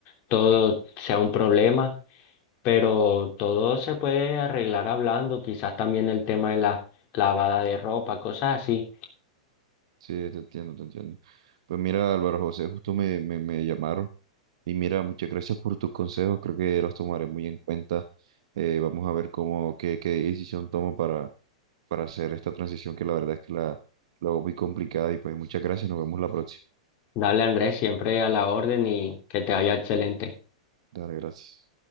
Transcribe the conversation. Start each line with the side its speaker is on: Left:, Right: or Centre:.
Left: todo sea un problema, pero todo se puede arreglar hablando, quizás también el tema de la lavada de ropa, cosas así.
Right: Sí, te entiendo, te entiendo. Pues mira, Álvaro José, justo me, me, me llamaron y mira, muchas gracias por tus consejos, creo que los tomaré muy en cuenta. Eh, vamos a ver cómo, qué, qué decisión tomo para, para hacer esta transición que la verdad es que la, la veo muy complicada y pues muchas gracias, nos vemos la próxima.
Left: Dale, Andrés, siempre a la orden y que te vaya excelente.
Right: Dale, gracias.